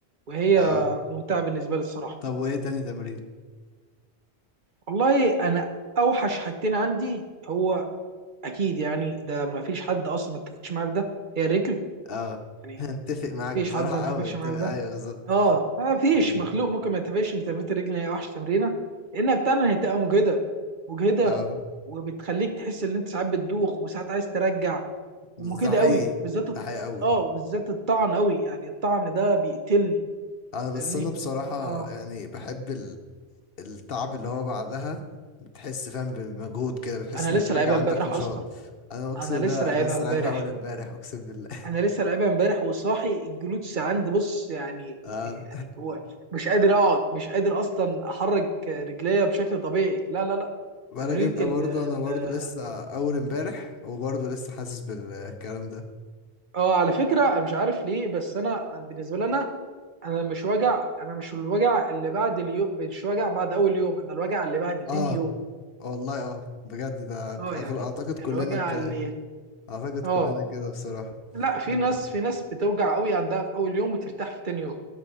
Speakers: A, on the right; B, on the left.
A: وهي
B: اه
A: ممتعة بالنسبة لي الصراحة
B: طب وايه تاني تمرين
A: والله أنا أوحش حاجتين عندي هو أكيد يعني ده ما فيش حد أصلا ما اتفقش معايا في ده هي الرجل
B: اه
A: يعني
B: <laughs> اتفق
A: ما
B: معاك
A: فيش
B: بصراحه
A: حد ما اتفقش
B: قوي اتفق
A: معايا في ده
B: ايوه بالظبط
A: أه ما فيش
B: ايوه
A: مخلوق ممكن ما يتفقش إن تمرينة الرجل هي أوحش تمرينة لأنها بتاعنا هتبقى مجهدة مجهدة
B: اه
A: وبتخليك تحس إن أنت ساعات بتدوخ وساعات عايز ترجع ومجهدة
B: بس ده حقيقي
A: قوي بالذات الط-
B: ده حقيقي قوي
A: أه وبالذات الطعن قوي يعني الطعن ده بيقتلني
B: انا بس
A: فاهمني
B: انا بصراحه
A: اه
B: يعني بحب ال... التعب اللي هو بعدها بتحس فاهم بمجهود كده بتحس
A: انا
B: انك
A: لسه
B: راجع
A: لعبها
B: عندك
A: امبارح
B: نشاط
A: اصلا
B: انا اقسم
A: انا لسه
B: لا
A: لعبها
B: انا لسه
A: امبارح
B: لعبها اول امبارح اقسم بالله
A: انا لسه لعبها امبارح وصاحي الجلوتس عندي بص يعني
B: <laughs> اه
A: يعني هو مش قادر اقعد مش قادر اصلا احرك رجليا بشكل طبيعي لا لا لا
B: بالك
A: تمرينة
B: انت برضو
A: ال ال-
B: انا برضو لسه اول امبارح وبرضو لسه حاسس بالكلام ده
A: اه على فكرة مش عارف ليه بس انا بالنسبة لي انا انا مش وجع انا مش الوجع اللي بعد اليوم مش وجع بعد اول يوم انا الوجع اللي بعد
B: اه
A: تاني يوم
B: والله اه بجد ده أغل...
A: اه يعني
B: اعتقد
A: الوجع
B: كلنا ك...
A: اللي
B: اعتقد
A: اه
B: كلنا كده بصراحة
A: لا في
B: اي
A: ناس في ناس بتوجع قوي عندها في اول يوم وترتاح في تاني يوم